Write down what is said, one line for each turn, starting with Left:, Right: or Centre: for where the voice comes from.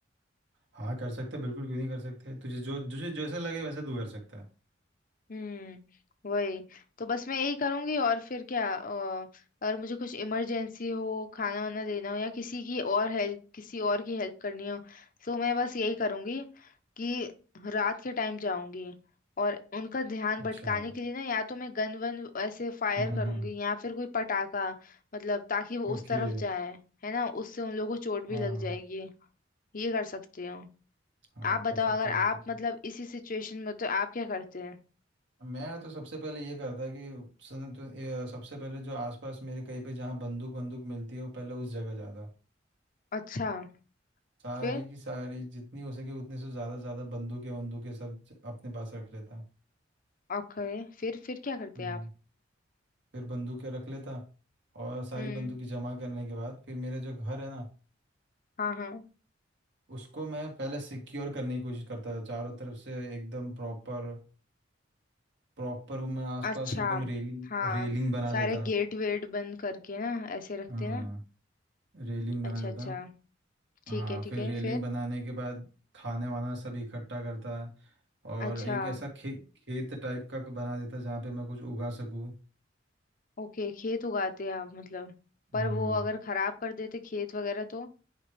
Right: हाँ कर सकते बिल्कुल क्यों नहीं कर सकते तुझे जो तुझे जैसे लगे वैसे तू कर सकता है
Left: हम्म वही तो बस मैं यही करूंगी और फिर क्या अ, अगर मुझे कुछ इमरजेंसी हो खाना वाना लेना हो या किसी की और हेल्प किसी और की हेल्प करनी हो तो मैं बस यही करूंगी कि रात के टाइम जाऊंगी और उनका ध्यान
Right: अच्छा
Left: भटकाने के लिए ना या तो मैं गन वन ऐसे फायर
Right: हम्म
Left: करूंगी
Right: हम्म
Left: या फिर कोई पटाखा मतलब ताकि वो
Right: ओके
Left: उस तरफ जाए है ना उससे उन लोगों को चोट भी
Right: हाँ
Left: लग जाएगी ये कर सकती हूँ
Right: हाँ
Left: आप बताओ
Right: कर सकती
Left: अगर
Right: बिल्कुल
Left: आप
Right: बिल्कुल।
Left: मतलब इसी सिचुएशन में हो, तो आप क्या करते हैं
Right: मैं तो सबसे पहले ये करता कि सुन तो ये सबसे पहले जो आसपास मेरे कहीं पे जहाँ बंदूक बंदूक मिलती है वो पहले उस जगह जाता
Left: अच्छा
Right: सारी
Left: फिर
Right: की सारी जितनी हो सके उतने से ज़्यादा ज़्यादा बंदूकें बंदूकें सब ज- अपने पास रख लेता
Left: ओके फिर फिर क्या करते
Right: हम्म
Left: आप
Right: फिर बंदूकें रख लेता और सारी
Left: हम्म
Right: बंदूकें जमा करने के बाद फिर मेरा जो घर है ना
Left: हाँ हाँ
Right: उसको मैं पहले सिक्योर करने की कोशिश करता था चारों तरफ से एकदम प्रॉपर प्रॉपर वो मैं आसपास
Left: अच्छा
Right: एकदम रेलिंग
Left: हाँ
Right: रेलिंग बना
Left: सारे
Right: देता
Left: गेट वेट बंद करके ना ऐसे रखते
Right: हाँ
Left: ना
Right: रेलिंग बना
Left: अच्छा
Right: देता
Left: अच्छा
Right: हाँ
Left: ठीक है ठीक
Right: फिर रेलिंग
Left: है फिर
Right: बनाने के बाद खाने वाना सब इकट्ठा करता और
Left: अच्छा
Right: एक ऐसा खे, खेत टाइप का बना देता जहाँ पे मैं कुछ उगा सकूँ
Left: ओके खेत उगाते हैं आप मतलब पर
Right: हम्म
Left: वो अगर खराब कर देते खेत वगैरह तो